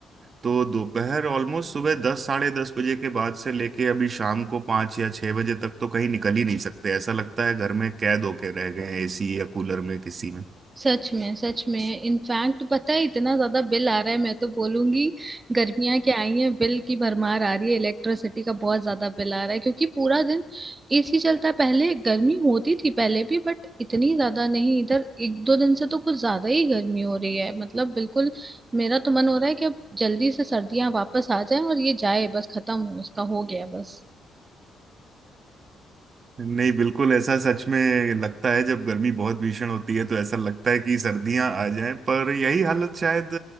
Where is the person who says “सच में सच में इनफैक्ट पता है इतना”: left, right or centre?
Right